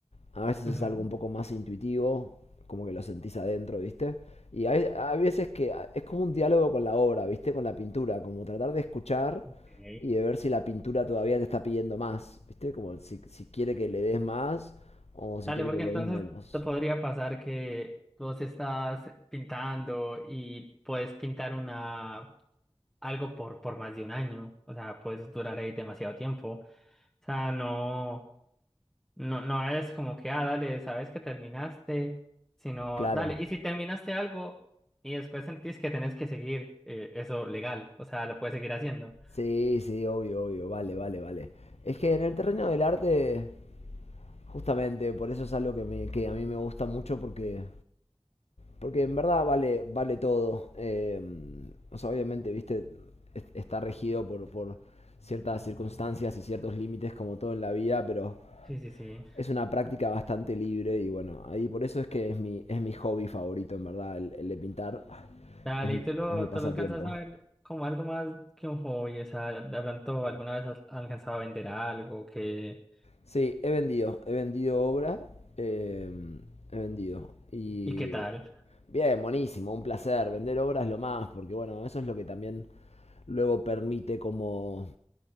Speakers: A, on the left; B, in the centre.
A: A veces
B: Ujú,
A: es algo un poco más intuitivo, como que lo sentís adentro, ¿viste? Y hay, hay veces que a- es como un diálogo con la obra, ¿viste? Con la pintura, como tratar de escuchar
B: ok.
A: y de ver si la pintura todavía te está pidiendo más, ¿viste? Como si, si quiere que le des más o si
B: Dale,
A: quiere
B: porque
A: que le
B: entonces
A: des menos.
B: te podría pasar que vos estás pintando y puedes pintar una algo por, por más de un año. O sea, puedes durar ahí demasiado tiempo. O sea, no, no, no es como que, ah, dale, sabes que terminaste, sino,
A: Claro.
B: dale, y si terminaste algo y después sentís que tenés que seguir eh, eso legal, o sea, lo puedes seguir haciendo.
A: Sí, sí, obvio, obvio, vale, vale, vale. Es que en el terreno del arte, justamente, por eso es algo que, me- que a mí me gusta mucho porque, porque en verdad vale, vale todo. Eh, o sea, obviamente, viste, es- está regido por, por ciertas circunstancias y ciertos límites como todo en la vida, pero
B: Sí, sí, sí.
A: es una práctica bastante libre y bueno, ahí por eso es que es mi, es mi hobby favorito, en verdad, el, el de pintar.
B: Dale,
A: Es,
B: y tú lo,
A: es mi pasatiempo.
B: tú lo alcanzas a ver como algo más que un hobby, o sea, de pronto alguna vez has alcanzado a vender algo, que,
A: Sí, he vendido, he vendido obra, eh, he vendido. Y
B: ¿y qué tal?
A: bien, buenísimo, un placer. Vender obra es lo más, porque bueno, eso es lo que también luego permite como,